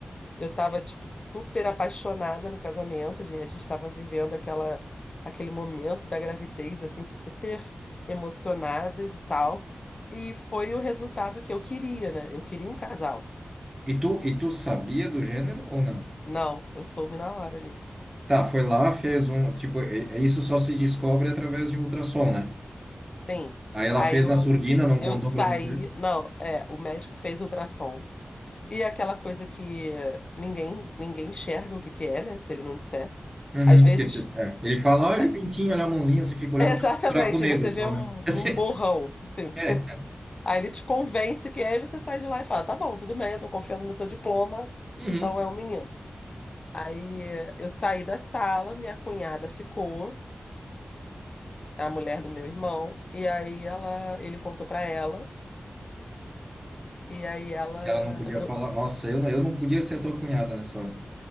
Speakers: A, on the left; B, on the right.
A: Eu tava, tipo, super apaixonada no casamento. A gente, a gente tava vivendo aquela, aquele momento da gravidez, assim, super emocionadas e tal. E foi o resultado que eu queria, né? Eu queria um casal.
B: E tu, e tu sabia do gênero ou não?
A: Não, eu soube na hora ali.
B: Tá, foi lá, fez um. Tipo, é- é isso só se descobre através de um ultrassom, né?
A: Sim.
B: Aí ela
A: Aí
B: fez
A: eu,
B: na surdina, não
A: eu
B: contou
A: saí.
B: pra você.
A: Não, é, o médico fez ultrassom. E é aquela coisa que eh, ninguém ninguém enxerga o que que é, né? Se ele não disser.
B: Uhum,
A: Às vezes,
B: porque se- é, ele fala, olha
A: é,
B: o pintinho, olha a mãozinha, você fica
A: <laughs>
B: olhando
A: exatamente,
B: para um buraco negro
A: você
B: só,
A: vê um,
B: né? <laughs> Assim,
A: um borrão, assim.
B: é.
A: Aí ele te convence que é, e você sai de lá e fala: tá bom, tudo bem, eu tô confiando no seu diploma,
B: Uhum.
A: então é um menino. Aí eh, eu saí da sala, minha cunhada ficou, a mulher do meu irmão, e aí ela, ele contou pra ela, e aí ela,
B: Ela não podia
A: eu,
B: falar. Nossa, eu, não- eu não podia ser a tua cunhada nessa hora.